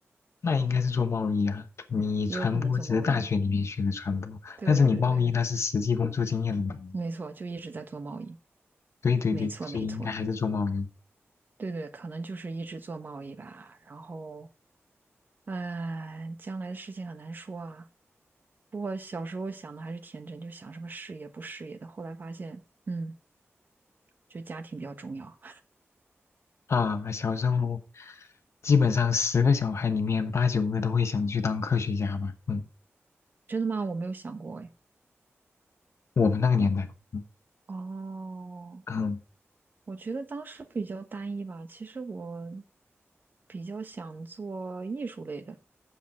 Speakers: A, on the left; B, on the right.
A: 那应该是做贸易啊。你传播只是大学里面学的传播，
B: 也有可能做贸易。对对对对，
A: 但是你贸易那是实际工作经验的嘛。
B: 没错，就一直在做贸易，
A: 对对对，
B: 没错没错，
A: 所以应该还是做贸易
B: 对对，可能就是一直做贸易吧。然后，哎，将来的事情很难说啊。不过小时候想的还是天真，就想什么事业不事业的。后来发现，嗯，就家庭比较重要。
A: 啊。小时候基本上十个小孩里面八九个都会想去当科学家吧。嗯，
B: 真的吗？我没有想过哎。
A: 我们那个年代，
B: 我
A: 嗯，
B: 哦，
A: 嗯
B: 我觉得当时比较单一吧。其实我比较想做艺术类的，